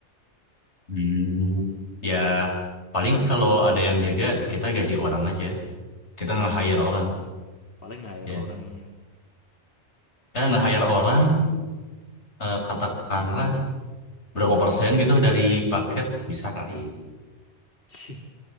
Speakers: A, on the left; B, on the left.
A: Hmm. Ya, paling kalau ada yang jaga, kita gaji orang aja. Kita
B: nah
A: nge-hire
B: itu
A: orang.
B: paling hire
A: Ya,
B: orang iya
A: eh, nge-hire orang, eh, katakanlah berapa persen gitu dari paket bisa kali.
B: <laughs> Cih.